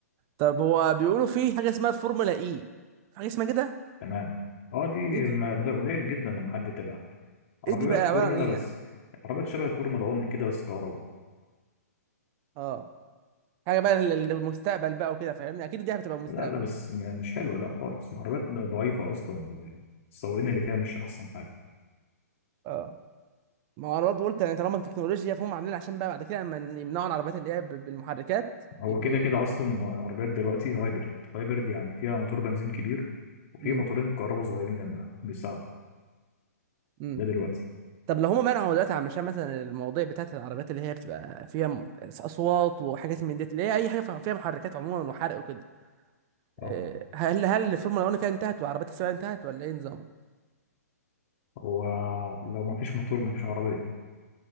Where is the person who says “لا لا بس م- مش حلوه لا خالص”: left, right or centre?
Left